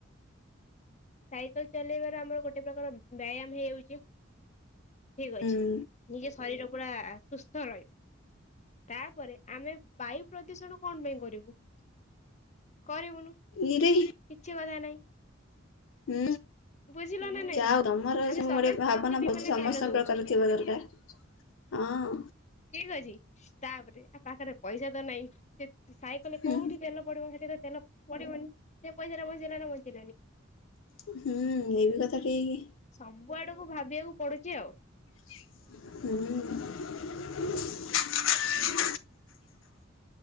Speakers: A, on the left (about 35°); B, on the left (about 70°).
A: ସାଇକେଲ ଚଲେଇବାର ଆମର ଗୋଟେ ପ୍ରକାର ବ୍ୟାୟାମ ହେଇଯାଉଛି। ଠିକ
B: ହୁଁ
A: ଅଛି, ନିଜ ଶରୀର ପୁରା ସୁସ୍ଥ ରହିବ। ତାପରେ ଆମେ ବାୟୁ ପ୍ରଦୂଷଣ କଣ ପାଇଁ କରିବୁ? କରିବୁନୁ।
B: ଇରେ
A: କିଛି କଥା ନାହିଁ।
B: ହୁଁ।
A: ବୁଝିଲ ନା ନାଇଁ।
B: ଯାହା ହୋଉ ତମର
A: ଆମେ
B: ସୁ
A: ସମାଜ
B: ଗୋଟେ ଭାବନା
A: ପ୍ରତି ବି
B: ହଉଛି
A: ମାନେ
B: ସମସ୍ତଙ୍କର
A: ଧ୍ୟାନ ଦଉଛୁ
B: ଥିବା ଦରକାର। ହଁ।
A: ଠିକ ଅଛି ତାପରେ ଆ ପାଖରେ ପଇସା ତ ନାହିଁ, ଯେ ସାଇକେଲ
B: ହୁଁ
A: କୋଉଠି ତେଲ ପଡିବ ସେଠି ତେଲ ପଡିବନି ସେ ପଇସାରେ ବଞ୍ଚେଲା ନା ବଞ୍ଚିଲାନି?
B: ହୁଁ ଇଏ ବି କଥା ଠିକ।
A: ସବୁ ଆଡକୁ ଭାବିବାକୁ ପଡୁଚି ଆଉ।
B: ହୁଁ।